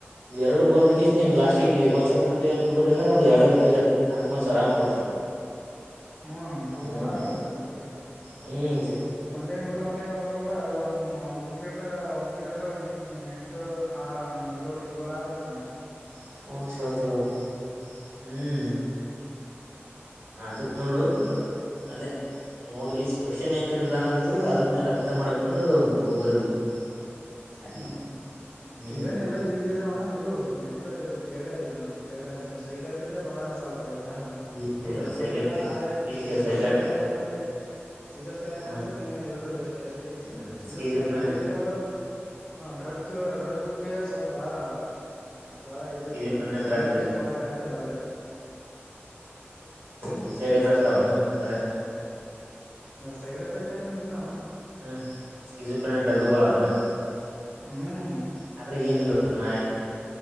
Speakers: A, on the right; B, on the left.
A: ಇವ ಎರಡು
B: ಹಾ
A: ಬರದ
B: ಅಣ್ಣ
A: ಕ್ಯಾಸೀಂದ ಲಾಸ್ ಚ ಪೋಸ್ಟ್ ಬ ಅಂದ್ರೆ ಅದು ಎರಡವರ್ ಪೀಸ್ ಆತು ಮರ್ಸ ಆರಾಮಗ್ ಕೊಡ್ತಾನ.
B: ಹ್ಮ
A: ಹ್ಮ್
B: ಬಾಳ ಆಗತ್ತಲ್ ಮತ್ತ
A: ಹ್ಮ್
B: ಒನ್ಲೈನ್ ಬಿಟ್ಟು ಒನ್ಲೈನ್ ಬ ಕೂಡ ಅದು ಒಂದು ಒಂದು ಬುಕ್ಲೆಟ್ದಾಗ ಒಂದ ಪೇಜ್ದಾಗ ಎಂಟು ಆರು ಏಳು ಏಳು ಆ ಗತ್ತಣ
A: <unintelligible> ಹ್ಮ್ ಆತದ ನೋಡು ಬಟ್ ಅದೇ ನೋಡ್ಗೆ ಕ್ವಶನ್ ಹೆಂಗಿರ್ ನ್ನದು
B: ಸ
A: ಅದ್ರ ಮ್ಯಾಗ ಅರ್ಥ ಮಾಡ್ಕೊಂಡು ಬರಿಬೇಕು ಅಲ್ಲಿ
B: ಹ್ಮ್
A: ಹ್ಮ್
B: ಏನ್ ಎಲ್ಲಾ ಈಜಿ ಇದಾವಣ್ಣ ಇದು ಮೆಂಟು ಇದು ಚೇಡ ಇದು ಚೇಡ ಅತ್ ಸೈಕ್ಯಾಟ್ರಿಕ್ ಬಾಳ ಸ್ವಲ್ಪ್ ದಾರ
A: ಏನಿಲ್ಲ
B: ಅದು
A: ಸೈಕಾಟ್ರಿಕ್
B: ಓದಿಲ್ಲ ನಾಳೆ
A: ಇಲ್ಲಿ ಕೇಳು
B: ಸಿಜೋಫ್ರೇನಿಯದ
A: ಸೈಕಾಟ್ರಿಕ್
B: ಮತ್ತೆ ಸೀಜೋಫ್ರೇನಿಯ
A: ಹ
B: ಮತ್ತೆ ಮೇನಿ ಅದು ಎರಡು ಟೆಸ್ಟ್ ಐತಿ
A: ಹ
B: ಸೀಜೋಫ್ರೇನಿಯ
A: ಸ್ಕಿಜೋಫ್ರೆನಿಯಾ
B: ಓದಿವಿ ಅದ ಡ್ರಗ್ ಡ್ರಗ್ ಬುಕ್ಕಗೆ ಸ್ವಲ್ಪ ಬಾಳ ಜಾಳ ಇದ
A: ಸ್ಕಿಜೋಫ್ರೆನಿಯಾ
B: ಪುರಾನ್ಟೇಶನ್
A: ಡ್ರಗ್
B: ಮಾಡಕ್ ಆಗ್ತಿಲ್ಲ ಅದೇ
A: ಇ ಸೈಡ್ ಎಫೆಕ್ಟ್ಸ್ ಅವನ ಅದ್ರಾಗ
B: ಸೈಡ್ ಎಫೆಕ್ಟ್ ಏನು ಇಲ್ಲಣ್ಣ
A: <unintelligible>
B: ಹ್ಮ್
A: ಅದ್ರಾಗ ಏನಿಲ್ಲ ನಾ